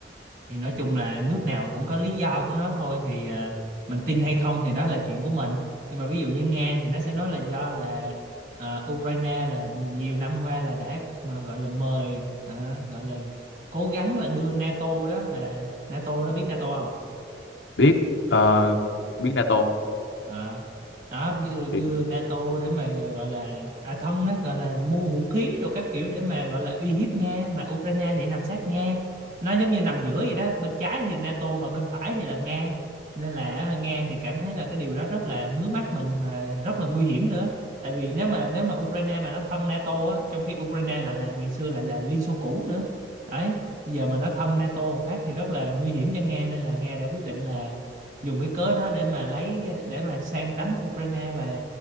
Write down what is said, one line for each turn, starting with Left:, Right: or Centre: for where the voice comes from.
Right: Thì nói chung là nước nào cũng có lý do của nó thôi thì ờ, mình tin hay không thì đó là chuyện của mình. Nhưng mà ví dụ như Nga thì nó sẽ nói là do là ờ, Ukraine là nhiều năm qua là đã ờ, gọi là mời ờ, gọi là cố gắng là đưa NATO đó là NATO đó biết NATO không?
Left: biết ờ, biết NATO
Right: Ờ. đó bi-
Left: thì
Right: đưa NATO để mà ờ, gọi là à thân đó gọi là mua vũ khí rồi các kiểu để mà gọi là uy hiếp Nga mà Ukraine thì nằm sát Nga nó giống như nằm giữa vậy đó bên trái thì NATO mà bên phải thì là Nga nên là Nga thì cảm thấy là cái điều đó rất là ngứa mắt mình mà rất là nguy hiểm nữa tại vì nếu mà nếu mà Ukraine mà nó thân NATO á trong khi Ukraine lại là ngày xưa lại là Liên Xô cũ nữa đấy bây giờ mà nó thân NATO một phát thì rất là nguy hiểm cho Nga nên là Nga đã quyết định là dùng cái cớ đó để mà lấy để mà sang đánh Ukraine và